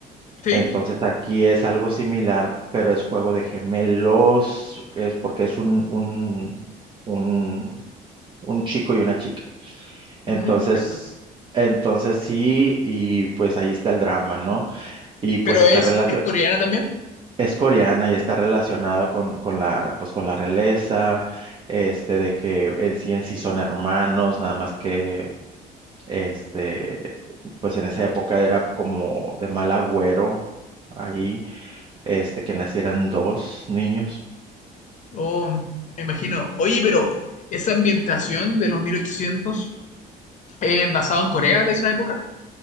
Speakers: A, on the left; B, on the right.
A: Sí,
B: entonces aquí es algo similar, pero es juego de gemelos, es porque es un, un, un, un chico y una chica.
A: mm,
B: Entonces,
A: interesante.
B: entonces sí, y pues ahí está el drama, ¿no? Y pues
A: Pero
B: está
A: es,
B: relacionado
A: es coreana también.
B: es coreana y está relacionado con, con la, pues con la realeza, este, de que en sí en sí son hermanos, nada más que, este, pues en esa época era como de mal agüero ahí, este, que nacieran dos niños.
A: Oh, me imagino. Oye, pero esa ambientación de los 1800 es basada en Corea de esa época.